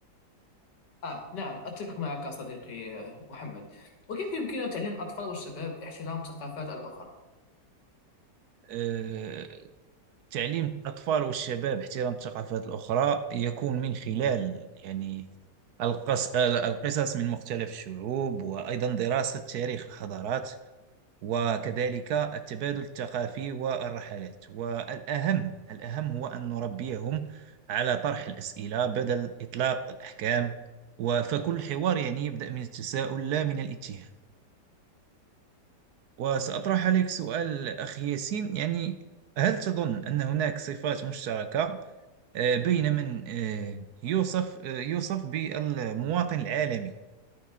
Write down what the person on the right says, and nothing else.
آه، تعليم الأطفال والشباب احترام الثقافات الأخرى يكون من خلال يعني القص... آه، القصص من مختلف الشعوب وأيضا دراسة تاريخ الحضارات وكذلك التبادل الثقافي والرحلات والأهم الأهم هو أن نربيهم على طرح الأسئلة بدل إطلاق الأحكام فكل حوار يعني يبدأ من التساؤل لا من الاتهام وسأطرح عليك سؤال أخي ياسين يعني هل تظن أن هناك صفات مشتركة آه، بين من آه، يوصف آه، يوصف بالمواطن العالمي